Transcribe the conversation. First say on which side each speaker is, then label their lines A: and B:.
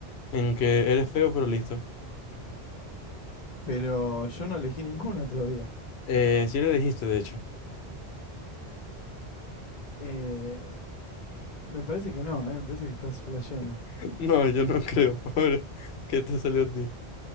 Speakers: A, on the left; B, on the left.
A: en que eres feo, pero listo.
B: Pero yo no elegí ninguna todavía.
A: Eh, sí le dijiste, de hecho.
B: Eh, me parece que no, eh, me parece que estás flasheando.
A: <laughs> No, yo no creo, <laughs> pobre, que te salió a ti.